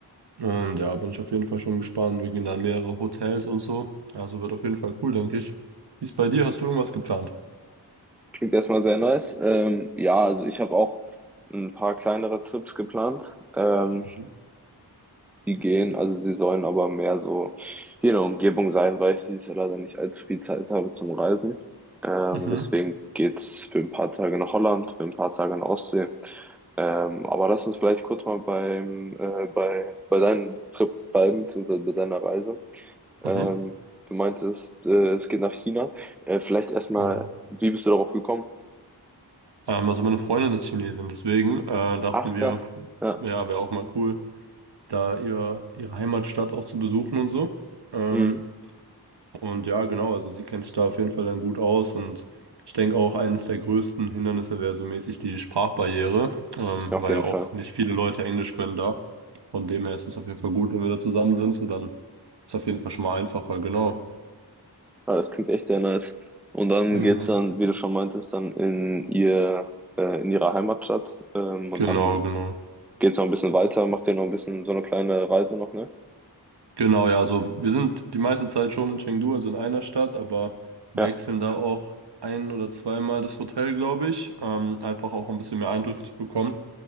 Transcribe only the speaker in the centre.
Klingt erstmal sehr nice. Ähm, ja, also ich habe auch ein paar kleinere Trips geplant. Ähm,
Die gehen, also die sollen aber mehr so hier in der Umgebung sein, weil ich dieses Jahr leider nicht allzu viel Zeit habe zum Reisen. Ähm,
deswegen geht's für ein paar Tage nach Holland, für ein paar Tage in die Ostsee. Ähm, aber lass uns vielleicht kurz mal beim, äh, bei, bei deinem Trip bleiben, beziehungsweise bei deiner Reise. Ähm,
du meintest, äh, es geht nach China. Äh, vielleicht erstmal,
wie bist du darauf gekommen?
Ach, krass.
Ja.
Mhm.
Auf
jeden
Fall.
Ah, das klingt echt sehr nice. Und dann
geht's dann, wie du schon meintest, dann in ihr, äh, in ihre Heimatstadt. Ähm, und
dann
geht's noch ein bisschen weiter, macht ihr noch ein bisschen so eine kleine Reise noch, ne?
Ja.